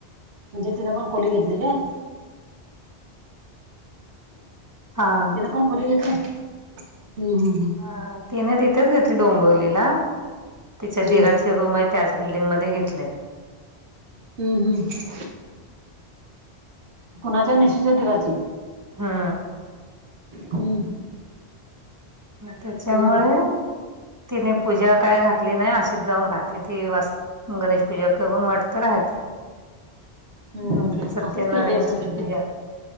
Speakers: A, on the right; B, on the right.
A: म्हणजे तिनं पण खोली घेतली काय? <inaudible>
B: हां.
A: तीन पण खोली घेतली <inaudible> हं हं हं.
B: हा तिन तिथेच घेतली डोंबिवलीला तिच्या
A: हम्म
B: दिराची रूम हाय त्याच बिल्डिंगमध्ये घेतलीया.
A: हम्म, हम्म. कुणाच्या निशीच्या दिराची?
B: हा.
A: हम्म
B: त्याच्यामुळे
A: मग
B: तिने पूजा काय घातली नाही अशीच जाऊन राहती ती वास गणेश पूजा करून वाटत राहत आहे.
A: हम्म
B: <inaudible> नाही तर सत्यनारायणची
A: असंच केली असेल सुट्टी
B: पुजा.